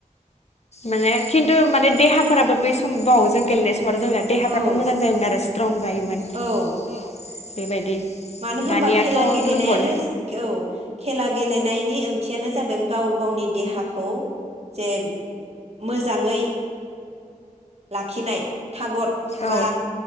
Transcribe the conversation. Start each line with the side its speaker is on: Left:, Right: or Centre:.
Left: माने खिन्थु माने देहाफोराबो बै सम बाव जों गेलेनाय सम मावथ' जोंनिया देहाफ्राबो
Right: औ
Left: मोजां जायोमोन आरो स्ट्रं जायोमोन।
Right: औ
Left: बेबायदि
Right: मानो होमबा
Left: दानियाथ'
Right: खेला गेलेनायानो
Left: दुरबल
Right: जो औ खेला गेलेनायनि ओंथियानो जादों गाव गावनि देहाखौ जे मोजाङै लाखिनाय। थागद
Left: औ
Right: बा